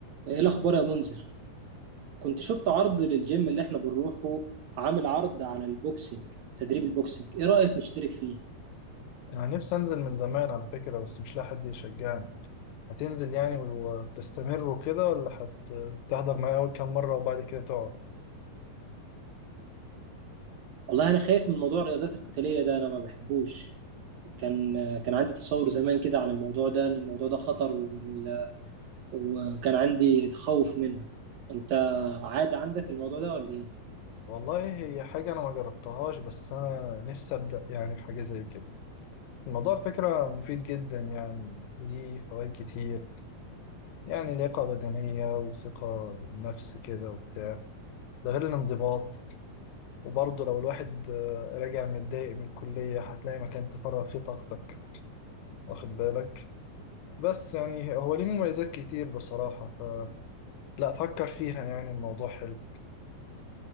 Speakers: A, on the right (about 75°); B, on the left (about 80°).
A: ايه الاخبار يا منذر كنت شفت عرض للجيم اللي احنا بنروحه عامل عرض على البوكسينج تدريب البوكسينج ايه رايك نشترك فيه
B: أنا نفسي أنزل من زمان على فكرة بس مش لاقي حد يشجعني هتنزل يعني وتستمر وكده ولا هتحضر معايا أول كام مرة وبعد كده تقعد
A: والله انا خايف من موضوع الرياضات القتاليه ده انا ما بحبوش كان كان عندي تصور زمان كده عن الموضوع ده ان الموضوع ده خطر وال- وكان عندي تخوف منه انت عادي عندك الموضوع ده ولا ايه
B: والله هي حاجة أنا ما جربتهاش بس أنا نفسي أبدأ يعني حاجة زي كده الموضوع على فكرة مفيد جدا يعني ليه فوائد كتير يعني لياقة بدنية وثقة بالنفس كده وبتاع ده غير الانضباط وبرضه لو الواحد آه، راجع متضايق من الكلية هتلاقي مكان تفرغ فيه طاقتك واخد بالك بس يعني هو ليه مميزات كتير بصراحة فلا فكر فيها يعني الموضوع حلو